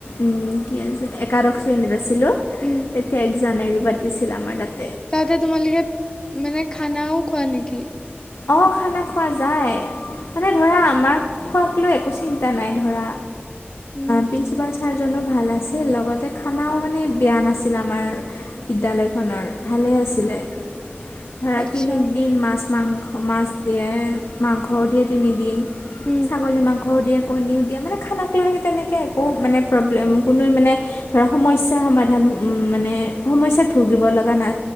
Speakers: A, on the left; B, on the left.
A: উম কি আছিল একাদশ শ্ৰেণীত আছিলো,
B: উম,
A: তেতিয়া এক জানুৱাৰী পাতিছিল আমাৰ তাত।
B: তাতে তোমালোকে মানে খানাও খোৱা নেকি?
A: অ' খানা খোৱা যায়। মানে ধৰা আমাক খোৱাক লৈ একো চিন্তা নাই ধৰা
B: উম,
A: প্ৰিন্সিপাল ছা জনো ভাল আছিল লগতে খানাও মানে বেয়া নাছিল আমাৰ বিদ্যালয়খনৰ। ভাল ভালে আছিলে।
B: <inaudible>
A: ধৰা
B: আচ্ছা
A: তিনিদিন মাছ মাংস, মাছ দিয়ে, মাংসও দিয়ে তিনিদিন
B: উম,
A: ছাগলী মাংসও দিয়ে, কণীও দিয়ে। মানে খানাক লৈ আহি তেনেকে একো মানে প্ৰব্লেম কোনো মানে ধৰা সমস্যাৰ সমাধান উম মানে সমস্যাত ভুগিব লগা না